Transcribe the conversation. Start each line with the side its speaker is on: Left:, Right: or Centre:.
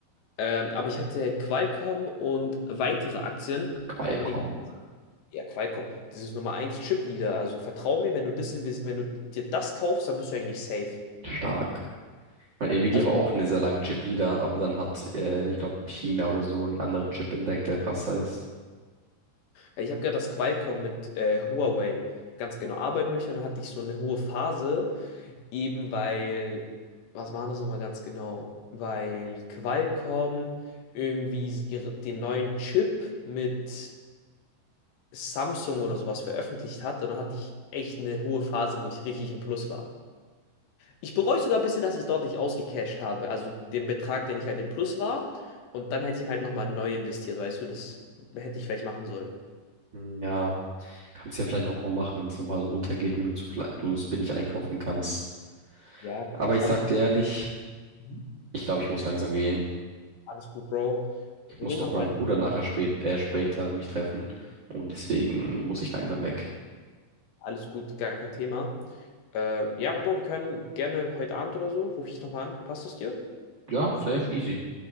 Left: Ähm, aber ich hatte Qualcomm und weitere Aktien.
Right: Qualcomm
Left: Und wenn ich, ja, Qualcomm, das ist Nummer eins Chipleader. Also vertrau mir, wenn du das invest, wenn du dir das kaufst, dann bist du eigentlich safe.
Right: stark. Mein Nvidia
Left: Also
Right: war auch eine sehr lange Chip-Leader, aber dann hat, äh, ich glaube, China oder so einen anderen Chip entdeckt, der krasser ist.
Left: ich habe gehört, dass Qualcomm mit äh, Huawei ganz genau arbeiten möchte. Und dann hatte ich so eine hohe Phase, Eben weil, was waren das nochmal ganz genau? Weil Qualcomm irgendwie ihre, den neuen Chip mit Samsung oder sowas veröffentlicht hat. Und dann hatte ich echt eine hohe Phase, wo ich richtig im Plus war. Ich bereue sogar ein bisschen, dass ich dort nicht ausgecashed habe. Also den Betrag, den ich halt im Plus war. Und dann hätte ich halt nochmal neu investiert, weißt du, das hätte ich vielleicht machen sollen.
Right: Ja. Kannst ja vielleicht noch mal machen, wenn es noch mal so runtergeht und du zu kle- du es billig einkaufen kannst.
Left: Ja,
Right: Aber ich
Left: aber
Right: sag
Left: ich.
Right: dir ehrlich,
Left: Mhm.
Right: ich glaube, ich muss langsam gehen.
Left: Alles gut, Bro.
Right: Ich
Left: Wir
Right: muss
Left: reden
Right: noch
Left: nochmal.
Right: mit meinem Bruder nachher spät, äh, später mich treffen und deswegen muss ich langsam weg.
Left: Alles gut, gar kein Thema. Ähm, ja, Bro, wir können gerne heute Abend oder so, rufe ich dich nochmal an. Passt es dir?
Right: Ja, safe, easy.